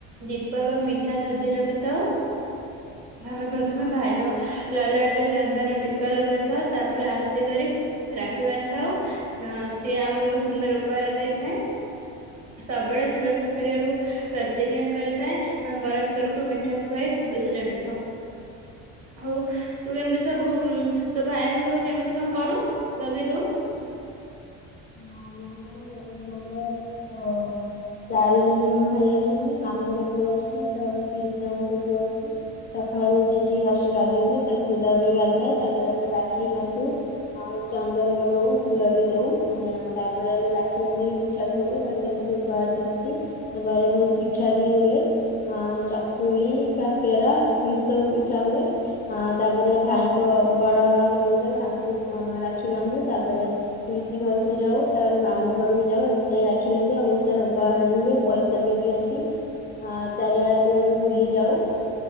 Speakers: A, on the right (about 50°); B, on the left (about 30°).
A: ଦୀପ ଏବଂ ମିଠା ସଜେଇ ରଖିଥାଉ। ଆମେ ପ୍ରଥମେ ଭାଇର ଲଲାଟରେ ଚନ୍ଦନ ଟିକା ଲଗେଇଥାଉ ତାପରେ ଆରତି କରି ରାକ୍ଷୀ ବାନ୍ଧିଥାଉ, ସିଏ ଆମକୁ ଏକ ସୁନ୍ଦର ଉପହାର ଦେଇଥାଏ। ସବୁବେଳେ ସୁରକ୍ଷା କରିବାକୁ ପ୍ରତିଜ୍ଞା କରିଥାଏ, ଆମେ ପରସ୍ପରକୁ ମିଠା ଖୁଆଇ ଶୁଭେଚ୍ଛା ଜଣେଇଥାଉ। ହଉ ତୁ କେମିତି ସବୁ ତୋ ଭାଇକୁ ସବୁ କେମିତି କଣ କରୁ, ଲଗେଇ ଦଉ? <inaudible>
B: ହଁମ ମର <inaudible>
A: <inaudible>
B: ଚାରି ଜଣ ଭାଇ ଅଛନ୍ତି, ମାମୁଁଙ୍କ ପୁଅ ଅଛି ତା ପିଇସି ନାନୀଙ୍କ ପୁଅ ଅଛି। ସକାଳୁ ଉଠିକି ଫାଷ୍ଟ ଗାଧେଇଲି ତା ସ ତାପରେ ଗାଧାଏ ତାପରେ ଆମେ ରାକ୍ଷୀ ବାନ୍ଧୁ। ହଁ ଚନ୍ଦନ ଲଗଉ ଫୁଲ ବି ଦଉ। ହ ତାପରେ ଆମେ ରାଖି ବାନ୍ଧିକି ମିଠା ଖୋଉ ତାପରେ ସେ ମତେ ଉପହାର ଦିଅନ୍ତି, ଆ ଘରେ ବହୁତ ପିଠା ବି ହୁଏ ଆଁ ଚକୁଳି, କାକେରା ଏମିତି ସବୁ ପିଠା ହୁଏ ଆ ତାପରେ ଭାଇଙ୍କ ବଡ ଘରୁ ଯଏ ତାଙ୍କୁ ଅ ରାକ୍ଷୀ ବାନ୍ଧୁ। ତାପରେ ଦିଦି ଘରକୁ ଯାଉ, ତାପରେ ମାମୁଁ ଘରକୁ ଯାଉ ଏମିତି ସେଇ ରାଖି ବାନ୍ଧି ଆଉ ବହୁତ ସାରା ଉପହାର ବି ହୁଏ ପଇସା ବି ଦିଅନ୍ତି। ହଁ ଚାରିଆଡେ ବି ଆମେ ବୁଲି ଯାଉ।